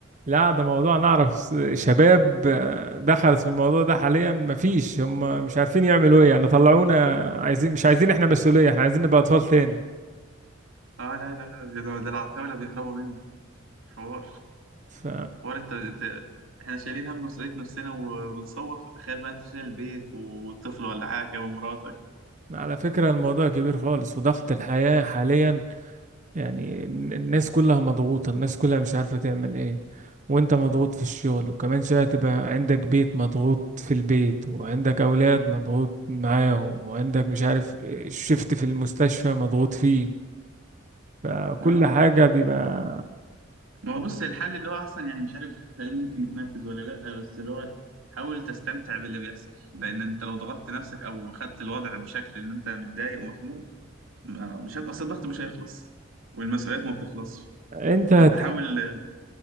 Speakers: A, on the right (about 40°); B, on the right (about 85°).
A: لا ده موضوع نعرف س- شباب آه، دخلت في الموضوع ده حاليا مفيش هم مش عارفين يعملوا ايه يعني طلعونا عايزين مش عايزين احنا مسؤولية احنا عايزين نبقى اطفال تاني
B: اه لا لا لا ده ده العتاولة بيهربوا حوار
A: ف
B: حوار انت انت احنا شايلين هم مسؤولية نفسنا وبنصوت فتخيل بقى انت شايل البيت وطفل ولا حاجة ومراتك
A: على فكرة الموضوع كبير خالص وضغط الحياة حاليا يعني الن- الناس كلها مضغوطة الناس كلها مش عارفة تعمل ايه وانت مضغوط في الشغل وكمان شوية تبقى عندك بيت مضغوط في البيت وعندك اولاد مضغوط معاهم وعندك مش عارف شفت في المستشفى مضغوط فيه فكل
B: اه
A: حاجة بيبقى
B: ما هو بص الحل اللي هو اصلا يعني مش عارف هل ممكن يتنفذ ولا لا بس اللي هو حاول تستمتع باللي بيحصل لان انت لو ضغطت نفسك او خدت الوضع بشكل ان انت متضايق ومخنوق ما- مش هت... اصل الضغط مش هيخلص والمسؤوليات ما بتخلصش
A: انت هت...
B: فانت حاول